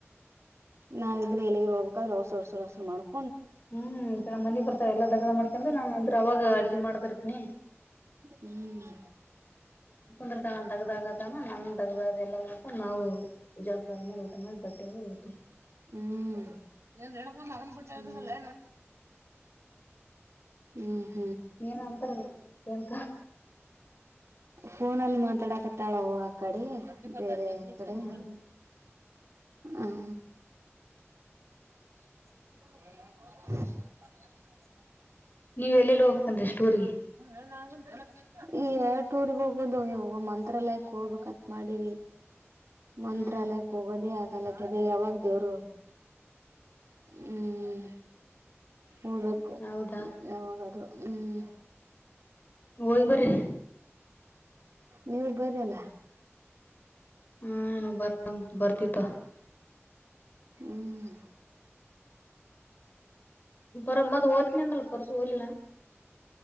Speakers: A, on the right; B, on the left.
A: ನಾವಿದ್ರೆ ಎಲ್ಲಿಗಾರ ಹೋಗ್ಬೇಕಾದ್ರ ಅವಸರಸರಸರ ಮಾಡ್ಕ್
B: ಹ್ಮ್ ಇ ಕಡೆ ಮನಿ ಬರ್ತಾರೆ ಎಲ್ಲಾ ದಗ್ಡ ಮಾಡ್ಕಂದ್ರ ನಾನ್ ಅಂದ್ರ ಅವಾಗ ಅಡ್ಗೆ ಮಾಡ್ತಿರ್ತೀನಿ
A: ಹ್ಮ್
B: ಕುಂದ್ರ ತನ ತಗ್ದಾಗತನ ನನ್ ತಗ್ದ ಅ ಎಲ್ಲ ಮಕೊಂಡು ನಾವು ಜಳಕ ಮಾಡಿ ಊಟ ಮಾಡಿ ಬಟ್ಟೆ ಒಗ್ದು <unintelligible>
A: ಹ್ಮ್ ಏನ್ ರೇಣುಕಾ ಮಗನ್ ಬಿಟ್ಟ್ ಹೋಯ್ತದಲ್ಲೇ
B: ಹ್ಮ್
A: <unintelligible> ಹ್ಮ್
B: ಏನೋ ಅಂತಾರಲ್ಲ ಏನ್
A: ಫೋನಲ್ಲಿ ಮಾತಾಡಕತ್ತಾಳ ಅವ್ವ ಆ ಕಡಿ ಬೇರೆ ಕಡೆ
B: ಹ್ಮ್
A: ಹ್ಮ <unintelligible>
B: ನೀವ್ ಎಲ್ಲೆಲ್ಲಿ ಹೋಗ್ಬೇಕಂದ್ರೆಷ್ಟು ಊರ್ರಿಗೆ
A: <inaudible> ಈಗ್ ಎರ್ಡ್ ಟೂರ್ಗ್ ಹೋಗ್ಬಂದೋ ಯವ್ವ ಮಂತ್ರಾಲಯಕ್ ಹೋಗ್ಬೇಕಂತ ಮಾಡೀವಿ ಮಂತ್ರಾಲಯಕ್ಕ್
B: ಹ್ಮ್
A: ಹೋಬನ್ನಿ ಆ ಆ ಲೆಕ್ಕದಲ್ಲಿ ಯಾವಾಗ ದೇವರು ಹ್ಮ್ ಹೋಬಕ್ಕು
B: ಹೌದಾ
A: ಯಾವಾಗದ್ರು ಹ್ಮ್
B: ಹೋಗ್ ಬರ್ರಿ
A: ನೀವು ಬರ್ರಿ ಅಲ್ಲ
B: ಹ್ಮ ಬರ್ತಮ್ ಬರ್ತಿವ್ ತಗೊ
A: ಹ್ಮ್
B: ಬರ ಮೊದ್ಲ್ ಓದ್ತಿನಂದಲ್ಲ ಪರ್ಸು ಓದ್ಲಿಲ್ಲ